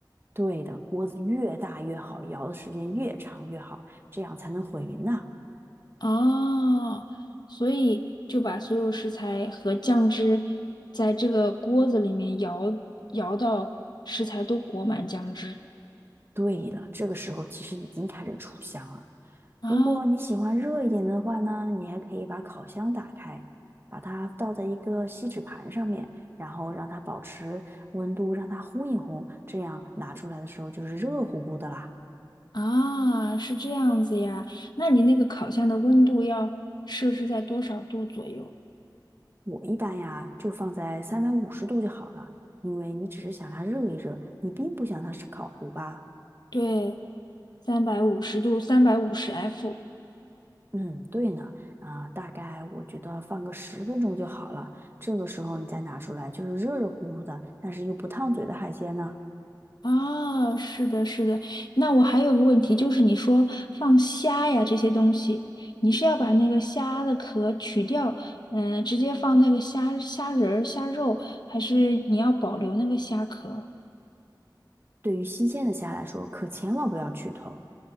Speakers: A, on the right (about 30°); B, on the left (about 65°).
A: 对的，锅子越大越好，摇的时间越长越好，这样才能混匀呐。
B: 哦，所以就把所有食材和酱汁在这个锅子里面摇摇到食材都裹满酱汁。
A: 对的，这个时候其实已经开始出香了。
B: 啊
A: 如果你喜欢热一点的话呢，你还可以把烤箱打开，把它倒在一个锡纸盘上面，然后让它保持温度，让它烘一烘，这样拿出来的时候就是热乎乎的啦。
B: 啊，是这样子呀。那你那个烤箱的温度要设置在多少度左右？
A: 我一般呀就放在三百五十度就好了，因为你只是想它热一热，你并不想它是烤糊吧。
B: 对，三百五十度，三百五十 F。
A: 嗯，对呢，啊、大概我觉得放个十分钟就好了。这个时候你再拿出来，就是热热乎乎的，但是又不烫嘴的海鲜呢，
B: 啊，是的，是的。那我还有个问题，就是你说放虾呀这些东西，你是要把那个虾的壳取掉，嗯，直接放那个虾虾仁儿、虾肉，还是你要保留那个虾壳？
A: 对于新鲜的虾来说，可千万不要去头。